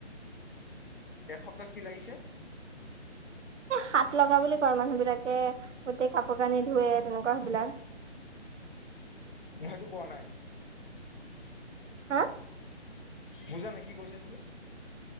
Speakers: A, on the left; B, on the right.
A: এসপ্তাহ কি লাগিছে?
B: সাত লগা বুলি কয় মানুহবিলাকে গোটেই কাপোৰ কানি ধুৱে তেনেকুৱা সেইবিলাক।
A: সেইটো কোৱা নাই।
B: হা
A: বুজা নাই কি কৈছা তুমি?